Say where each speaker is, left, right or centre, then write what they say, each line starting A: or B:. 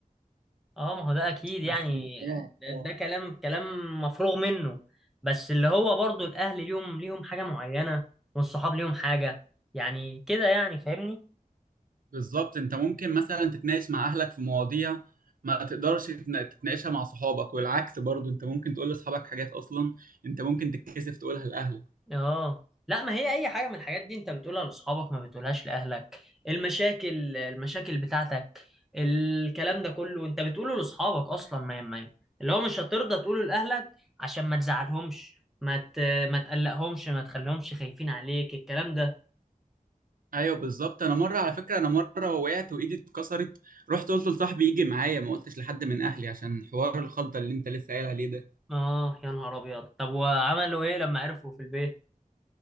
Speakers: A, in the centre; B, on the right.
A: اه ما هو ده اكيد يعني
B: بس اه
A: ده,
B: اه
A: ده كلام كلام مفروغ منه بس اللي هو برضو الاهل ليهم ليهم حاجه معينه والصحاب ليهم حاجه يعني كده يعني فاهمني
B: بالظبط انت ممكن مثلا تتناقش مع اهلك في مواضيع ما تقدرش تتنا- تتناقشها مع صحابك والعكس برضو انت ممكن تقول لاصحابك حاجات اصلا انت ممكن تتكسف تقولها لاهلك
A: اه لا ما هي اي حاجه من الحاجات دي انت بتقولها لاصحابك ما بتقولهاش لاهلك المشاكل المشاكل بتاعتك الكلام ده كله انت بتقوله لاصحابك اصلا ما ما اللي هو مش هترضى تقوله لاهلك عشان ما تزعلهمش ما ت... ما تقلقهمش ما تخليهمش خايفين عليك الكلام ده
B: ايوه بالظبط انا مره على فكره انا مره وقعت وايدي اتكسرت رحت قلت لصاحبي يجي معايا ما قلتش لحد من اهلي عشان حوار الخلطه اللي انت لسه قايل عليه ده
A: اه يا نهار ابيض طب وعملوا ايه لما عرفوا في البيت